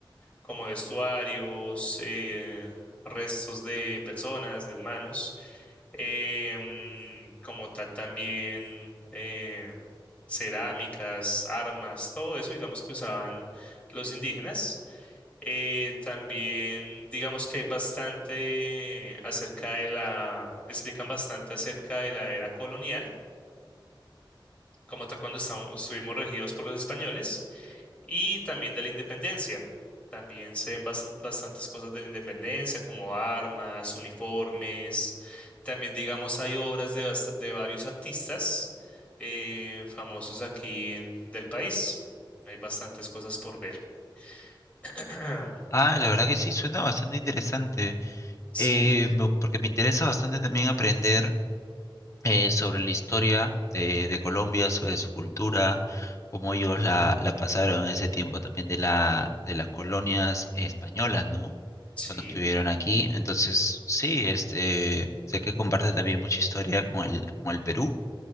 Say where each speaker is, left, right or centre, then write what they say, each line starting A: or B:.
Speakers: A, on the left; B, on the left.
A: como vestuarios, eh, restos de personas, de humanos, em, como tal también eh, cerámicas, armas, todo eso, digamos que usaban los indígenas. Eh, también digamos que hay bastante acerca de la, explican bastante acerca de la era colonial, como tal cuando estaban- estuvimos regidos por los españoles y también de la independencia. También se ven bas- bastantes cosas de la independencia, como armas, uniformes. También, digamos, hay obras de, bast- de varios artistas eh, famosos aquí en- del país. Hay bastantes cosas por ver. <clears throat>
B: Ah, la verdad que sí, suena bastante interesante,
A: Sí,
B: Eh, me- porque me interesa bastante también aprender eh, sobre la historia de, de Colombia, sobre su cultura, cómo ellos la, la pasaron en ese tiempo también de la, de las colonias españolas, ¿no?
A: sí.
B: Cuando estuvieron aquí. Entonces, sí, este, sé que comparte también mucha historia con el, con el Perú.